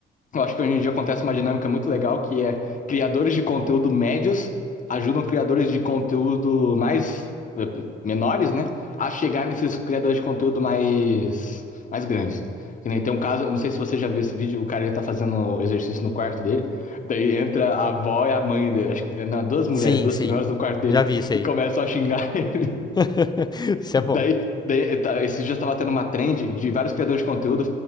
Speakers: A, on the left (about 40°); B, on the left (about 20°).
A: Eu acho que hoje em dia acontece uma dinâmica muito legal que é criadores de conteúdo médios ajudam criadores de conteúdo mais eh, menores, né, a chegar nesses criadores de conteúdo mais mais grandes. Que nem tem um caso, eu não sei se você já viu esse vídeo, o cara ele tá fazendo exercício no quarto dele, daí entra a avó e a mãe dele, acho que, eh, não, duas mulheres,
B: Sim,
A: duas
B: sim.
A: senhoras no quarto dele
B: Já vi isso
A: e
B: aí.
A: começam a xingar <laughs>
B: <laughs> Isso
A: Daí,
B: é bom.
A: daí tá, esses dias estava tendo uma trend de vários criadores de conteúdo